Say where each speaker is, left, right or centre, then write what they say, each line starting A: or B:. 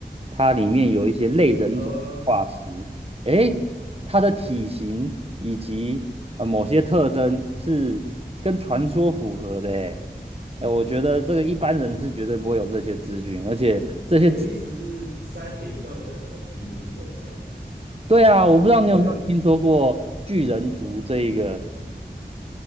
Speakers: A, on the right; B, on the right.
A: 它里面有一些类人种化石，
B: 哦，
A: 诶。它的体型以及呃某些特征是跟传说符合的诶。哎，我觉得这个一般人是绝对不会有这些资讯，而且这些资，
B: 你的意思是山顶洞人的基因的那种？
A: 对啊，我不知道你有没有听说过巨人族这一个。
B: 因为